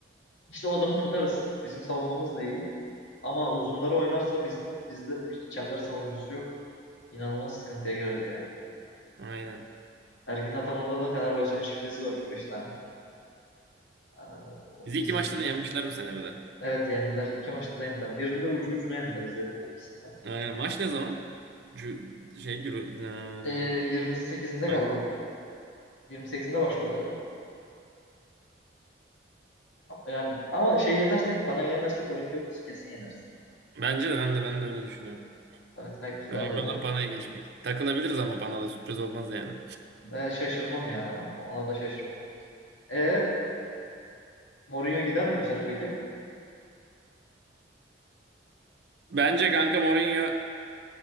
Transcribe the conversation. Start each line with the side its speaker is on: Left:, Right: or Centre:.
Left: İşte o adamı tutarız. Bizim savunmamız da iyi. Ama uzunları oynarsa biz bizde hiç çember savunucusu yok. İnanılmaz sıkıntıya gireriz yani.
Right: Aynen.
Left: Ergin Ataman'da da Fenerbahçe'nin şifresi var 3 beş tane. Ee,
Right: Bizi
Left: bizi,
Right: iki maçta da yenmişler bu sene bir de.
Left: evet yendiler. İki maçta da yendiler. Birinde ucu ucuna yendiler izledim ben ikisinde.
Right: Aynen. Maç ne zaman? Şu şey Euro... Ha,
Left: Ee, 28'inde galiba.
Right: Aynen.
Left: 28'inde başlıyor galiba. Yani ama şey yenersek, Panay'ı yenersek Olympiakos'u kesin yeneriz.
Right: Bence de ben de ben de öyle düşünüyorum.
Left: Panathinaikos
Right: Önemli
Left: daha zor
Right: olan
Left: yani.
Right: Pana'ya geçmek. Takılabiliriz ama Pana'da sürpriz olmaz yani.
Left: Ve şaşırmam ya. Ona da şaşırmam. E Mourinho gider mi bu sene peki?
Right: Bence kanka Mourinho